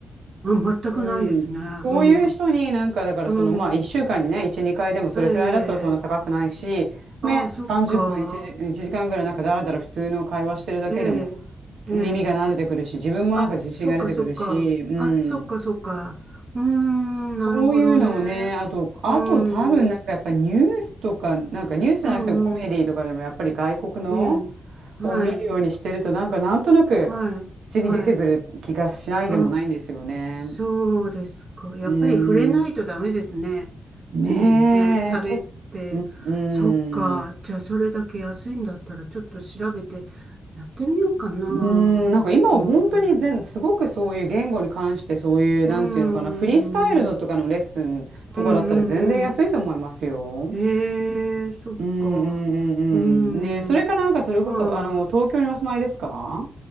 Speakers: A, on the right (about 35°); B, on the right (about 80°).
A: あ、全くないですね。
B: うん。
A: うん。
B: そういう人になんかだからそのまあ1週間にね、
A: うん。
B: 1、2回でもそれくらいだったらそんな高くないし、
A: ええ、ああ、
B: ね、
A: そっか。
B: 30分1、一時間ぐらいなんかだらだら普通の会話してるだけでも。
A: ええ、ええ、
B: 耳が慣れてくるし、自分もなんか自信が出てくるし、
A: あ、そっか、そっか。
B: うん。
A: あ、そっか、そっか。うーん、なるほどね。
B: そういうのもね、あと、あと多分なんかやっぱニュースとか、
A: うーん、
B: なんかニュースじゃなくてもコメディとかでもやっぱり外国の
A: うん、うん。ええ、はい、
B: を見るようにしてると、なんかなんとなく
A: はい、
B: 口に出てくる気がしないでもないんですよね。
A: はい。あ、そうですか。やっぱり触れないとダメですね。
B: うん。ねえ、
A: 常にね、喋って。
B: と、うん。うん
A: そっか。じゃあ、それだけ安いんだったら、ちょっと調べてやってみようかな。うん。
B: うーん、なんか今は本当に全、
A: うん。
B: すごくそういう言語に関してそういう、なんていうのかな、
A: うん
B: フリースタイルのとかのレッスンとかだったら全然安いと思いますよ。
A: うんうん。へえ、そっか。
B: うんうんう
A: うん。
B: んうん。ね、それかなんかそれこそ、
A: ま
B: あの、東京にお住まいですか